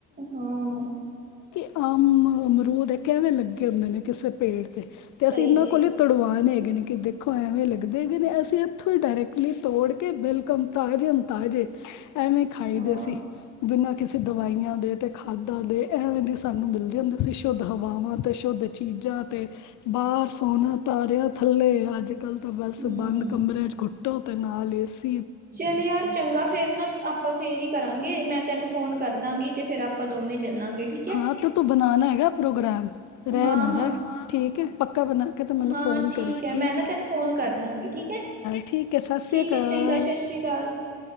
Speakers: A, on the right; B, on the left.
A: ਹਾਂ।
B: ਅਹ ਅਮਰੂਦ ਹੈ ਕਿਵੇਂ ਲੱਗੇ ਹੁੰਦੇ ਨੇ ਕਿਸੇ ਪੇੜ।
A: ਸਹੀ
B: ਤੇ ਅਸੀਂ ਇਹਨਾਂ
A: ਗੱਲ
B: ਕੋਲੇ
A: ਆ
B: ਤੜਵਾਨੇ ਹੈਗੇ ਨੇ। ਕਿ ਦੇਖੋ ਐਵੇਂ ਲੱਗਦੇ ਨੇ ਅਸੀਂ ਇੱਥੋਂ ਹੀ ਡਾਇਰੈਕਟਲੀ ਤੋੜ ਕੇ ਬਿਲਕਮ ਤਾਜੇ। ਤਾਜ਼ੇ ਐਵੇਂ ਖਾਈਦੇ
A: ਹਾਂ
B: ਸੀ। ਬਿਨਾਂ ਕਿਸੇ ਦਵਾਈਆਂ ਦੇ। ਤੇ ਖਾਦਾਂ ਦੇ ਐਵੇਂ ਦੀ ਸਾਨੂੰ ਮਿਲਦੀ ਹੁੰਦੀ ਸੀ ਸ਼ੁੱਧ ਹਵਾਵਾਂ ਤੇ ਸ਼ੁੱਧ ਚੀਜ਼ਾਂ ਤੇ। ਪਰ ਸੌਣਾ ਤਾਰਿਆ ਥੱਲੇ ਅੱਜ ਕੱਲ੍ਹ ਤਾਂ ਬਸ
A: ਹਮ
B: ਬੰਦ ਕਮਰਿਆਂ ਚ ਘੁੱਟੋ ਤੇ ਨਾਲ ਏਸੀ।
A: ਚੱਲ ਯਾਰ ਚੰਗਾ ਫੇਰ ਨਾ ਆਪਾਂ ਫੇਰ ਹੀ ਕਰਾਂਗੇ ਮੈਂ ਤੈਨੂੰ ਫੋਨ ਕਰਦਾਂਗੀ ਤੇ ਫੇਰ ਆਪਾਂ। ਦੋਵੇਂ ਚੱਲਾਂਗੇ ਠੀਕ ਹੈ।
B: ਹਾਂ ਤੇ ਤੂੰ ਬਣਾਉਣਾ ਹੈਗਾ ਪ੍ਰੋਗਰਾਮ ਰਹਿ
A: ਹਾਂ
B: ਨਾ ਜਾਏ
A: ਹਾਂ
B: ਠੀਕ ਹੈ। ਪੱਕਾ ਬਣਾ ਕੇ ਤੇ ਮੈਨੂੰ
A: ਹਾਂ
B: ਫੋਨ
A: ਠੀਕ
B: ਕਰੀ
A: ਹੈ
B: ਚਲ
A: ਮੈਂ ਨਾ ਤੈਨੂੰ ਫੋਨ ਕਰ ਦਾਂਗੀ ਠੀਕ ਹੈ
B: ਠੀਕ ਆ ਸਤਿ ਸ੍ਰੀ
A: ਠੀਕ
B: ਅਕਾਲ।
A: ਹੈ ਚੰਗਾ ਸਤਿ ਸ਼੍ਰੀ ਅਕਾਲ